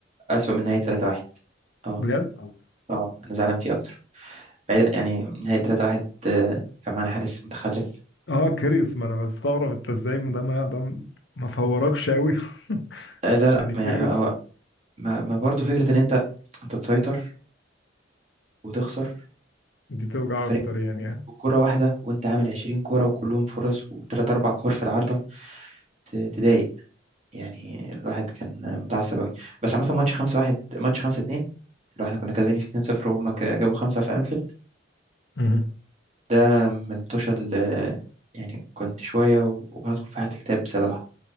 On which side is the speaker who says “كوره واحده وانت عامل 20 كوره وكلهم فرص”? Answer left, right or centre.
Right